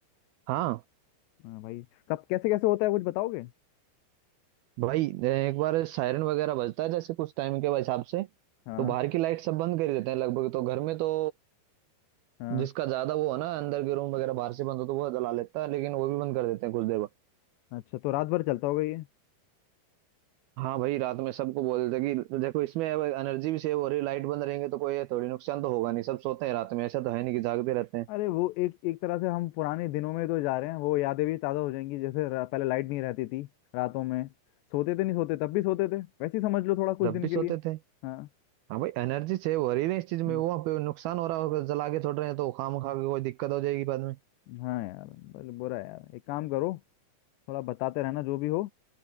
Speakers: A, on the right; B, on the left.
A: हाँ
B: हाँ भाई कब कैसे कैसे होता है कुछ बताओगे
A: भाई एक बार सायरन वगैरह बजता है जैसे कुछ टाइम के हिसाब से
B: हाँ
A: तो बाहर की लाइट सब बंद कर ही देते हैं लगभग तो घर में तो
B: हाँ
A: जिसका ज्यादा वो है ना अंदर के रूम वगैरह बाहर से बंद हो तो वो जला लेता है लेकिन वो भी बंद कर देते हैं कुछ देर बाद
B: अच्छा तो रात भर चलता होगा ये
A: हाँ भाई रात में सबको बोल देते कि देखो इसमें एनर्जी भी सेव हो रही है लाइट बंद रहेंगे तो कोई थोड़ी नुकसान तो होगा नहीं सब सोते हैं रात में ऐसा तो है नहीं कि जागते रहते हैं
B: अरे वो एक एक तरह से हम पुराने दिनों में तो जा रहे हैं वो यादें भी ताज़ा हो जाएंगी जैसे र- पहले लाइट नहीं रहती थी रातों में सोते थे नहीं सोते तब भी सोते थे वैसे ही समझ लो थोड़ा कुछ
A: जब
B: दिन
A: भी
B: के लिए
A: सोते थे
B: हाँ
A: हाँ भाई एनर्जी सेव हो रही है इस चीज
B: हम्म,
A: में वहाँ पे नुकसान हो रहा होगा जला के छोड़ रहे हैं तो खाम खा के कोई दिक्कत हो जाएगी बाद में
B: हाँ यार बल बुरा है यार एक काम करो थोड़ा बताते रहना जो भी हो